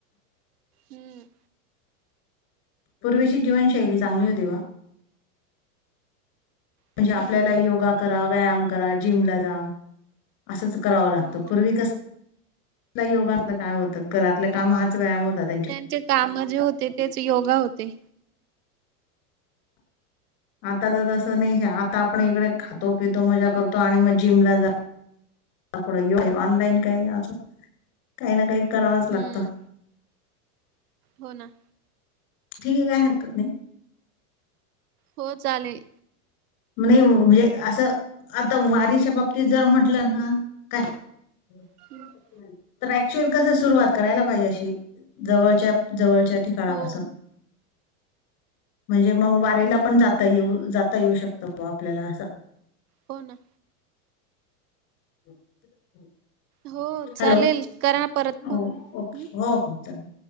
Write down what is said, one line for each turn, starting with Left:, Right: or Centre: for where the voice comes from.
Right: हम्म
Left: पूर्वीची जीवनशैली चांगली होती ब्वा. म्हंजे
Right: हो ना
Left: आपल्याला योगा करा, व्यायाम करा, जिमला जा. असंच करावं लागतं,
Right: हम्म
Left: पूर्वी कस लई योगातलं काय होतं? घरातलं कामं हाच व्यायाम होतात.
Right: त्यांचे कामं जे होते तेच योगा होते.
Left: आता त तसं नईच ए आता आपण इकडे खातो पितो मजा करतो आणि मग जिमला जा तकडो ये ऑनलाईन काय असं? काही ना काही करावच
Right: हम्म
Left: लागतं.
Right: हो ना
Left: ठीके काय हरकत नई.
Right: हो चालेल.
Left: म नई वो मजे आसं, आता वारीच्या बाबतीत जर म्हटलं हां, काय? <inaudible>
Right: <inaudible>
Left: तर ऍक्च्युअल कस सुरुवात करायला पाहिजे अशी? जवळच्या-जवळच्याठी काळापासून
Right: हो
Left: म्हणजे मग वारीला पण जाता येऊ जाता येऊ शक त प आपल्याला असं.
Right: हो ना
Left: <inaudible>
Right: हो चालेल
Left: हॅलो,
Right: करा परत
Left: हो
Right: फोन
Left: ओके
Right: हं.
Left: हो-हो चला.